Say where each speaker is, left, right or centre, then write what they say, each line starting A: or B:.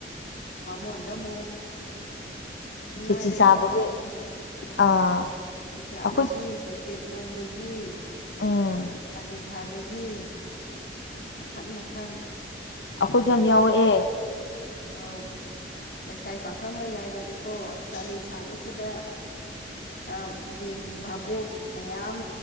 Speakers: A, on the left (about 55°); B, on the left (about 85°).
A: ꯕꯥꯃꯣꯟꯗ ꯑꯃꯨꯛ ꯅꯨꯡꯉꯥꯏꯔꯛꯑꯦ
B: ꯈꯦꯆꯤ ꯆꯥꯕꯒꯤ
A: ꯃꯇꯝꯗꯣ ꯑꯧ
B: ꯑꯥ
A: ꯀꯦꯖꯤ ꯆꯥꯕꯒꯤ
B: ꯑꯩꯈꯣꯏ
A: ꯇꯣꯏꯇꯦꯠ ꯆꯣꯡꯕꯒꯤ
B: ꯎꯝ
A: ꯆꯥꯂꯤ ꯁꯥꯕꯒꯤ ꯃꯈꯟ ꯃꯈꯟ
B: ꯑꯈꯣꯏꯖꯨ
A: ꯑꯗꯒꯤ
B: ꯌꯥꯝ ꯌꯥꯎꯔꯛꯑꯦ
A: ꯑꯧ ꯂꯩꯁꯕꯤ ꯄꯥꯈꯪ ꯑꯣꯏꯔꯤꯉꯩꯗꯗꯤꯀꯣ ꯑꯁ ꯆꯥꯂꯤ ꯁꯥꯕꯁꯤꯗ ꯑꯥ ꯌꯦꯡ ꯚꯕꯣꯛ ꯃꯌꯥꯝ